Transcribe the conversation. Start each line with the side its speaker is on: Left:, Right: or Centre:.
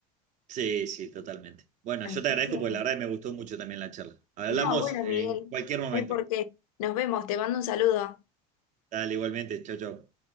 Right: Sí, sí, totalmente. Bueno,
Left: Así
Right: yo te agradezco
Left: que
Right: porque la verdad que me gustó mucho también la charla. Hablamos
Left: No, bueno,
Right: en
Left: Miguel,
Right: cualquier momento.
Left: no hay por qué. Nos vemos, te mando un saludo.
Right: Dale, igualmente. Chau, chau.